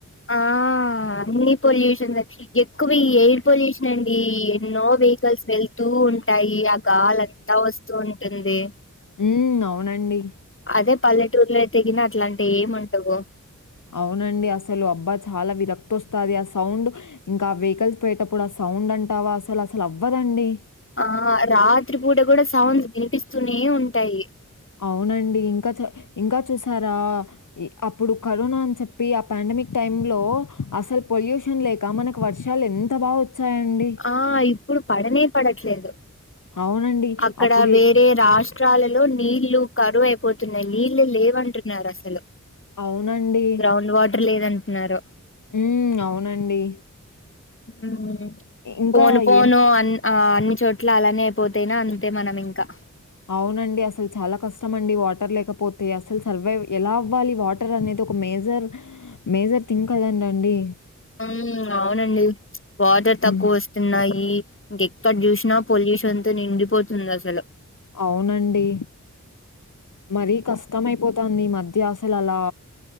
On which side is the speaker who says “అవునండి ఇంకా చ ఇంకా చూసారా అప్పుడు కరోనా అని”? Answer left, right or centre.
Left